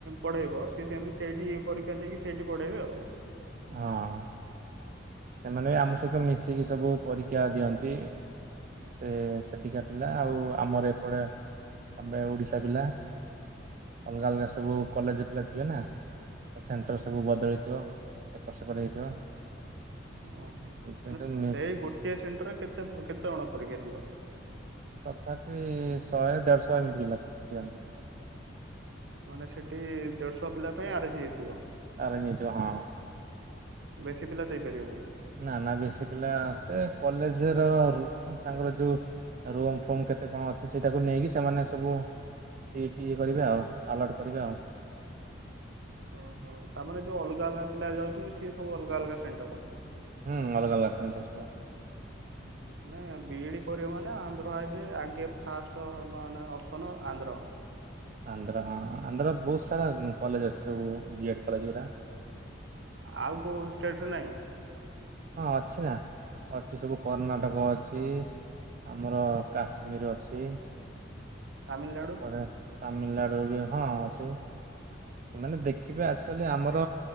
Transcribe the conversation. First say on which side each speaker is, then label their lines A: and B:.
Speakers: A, on the right; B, on the right.
A: ପଢେଇବ ସିଏ ସେମିତି ସେଇଠି ପରୀକ୍ଷା ଦେଇକି ସେଇଠି ପଢେଇବେ ଆଉ।
B: ହଁ। ସେମାନେ ଆମ ସହିତ ମିଶିକି ସବୁ ପରୀକ୍ଷା ଦିଅନ୍ତି। ସେ ସେଠିକା ପିଲା ଆଉ ଆମର ଏପଟେ ଆମେ ଓଡିଶା ପିଲା ଅଲଗା ଅଲଗା ସବୁ କଲେଜ ପିଲା ଥିବେ ନା ତ ସେଣ୍ଟର ସବୁ ବଦଳି ଥିବ ଏପଟ ସେପଟ ହେଇଥିବ
A: ଓହୋ
B: ସେଇଥିପାଇଁ ସବୁ
A: ସେଇ
B: ମେ
A: ଗୋଟିଏ ସେଣ୍ଟରରେ କେତେ ପ କେତେ ଜଣ ପରୀକ୍ଷା ଦିଅ?
B: ତଥାପି ଶହେ ଦେଢଶହ ଏମିତି ପିଲା ଦିଅନ୍ତି।
A: ମାନେ ସେଠି ଦେଢଶହ ପିଲା ପାଇଁ ଆରେଞ୍ଜ ହେଇଥିବ।
B: ଅରେଞ୍ଜ ହେଇଥିବ ହିଁ।
A: ବେଶୀ ପିଲା ଦେଇ ପାରିବେନି।
B: ନା ନା ବେଶୀ ପିଲା ଆସେ କଲେଜରର ରୁ ତାଙ୍କର ଯୋଉ ରୋମ ଫୋମ କେତେ କଣ ଅଛି ସେଇଟାକୁ ନେଇକି ସେମାନେ ସବୁ ସେଠି ଇଏ କରିବେ ଆଉ ଆଲର୍ଟ କରିବେ ଆଉ।
A: ଓହୋ ତା ମାନେ ଯୋଉ ଅଲଗା ଅଲଗା ପିଲା ଯାଉଛନ୍ତି ସିଏ ସବୁ ଅଲଗା ଅଲଗା ସେଣ୍ଟର।
B: ହୁଁ ଅଲଗା ଅଲଗା ସେଣ୍ଟର ସବୁ।
A: ମାନେ ବିଇଡି କରିବ ମାନେ ଆନ୍ଧ୍ର ହେଇଲେ ଆଗେ ଫାଷ୍ଟ ମାନେ ଅପସନ ଆନ୍ଧ୍ର।
B: ଆନ୍ଧ୍ର ହ ଆନ୍ଧ୍ର ବହୁତ ସାରା କଲେଜ ଅଛି ସବୁ ବି ଏଡ କଲେଜ ଗୁଡା।
A: ଆଉ କୋଉ ଷ୍ଟେଟରେ ନାହିଁ?
B: ହଁ ଅଛି ନା ଅଛି ସବୁ କର୍ଣ୍ଣାଟକ ଅଛି ଆମର କାଶ୍ମୀର ଅଛି
A: ତାମିଲନାଡ଼ୁ
B: ଏପଟେ ତାମିଲନାଡୁ ର ବି ହଁ ଅଛି। ସେମାନେ ଦେଖିବେ ଆଚୁଆଲି ଆମର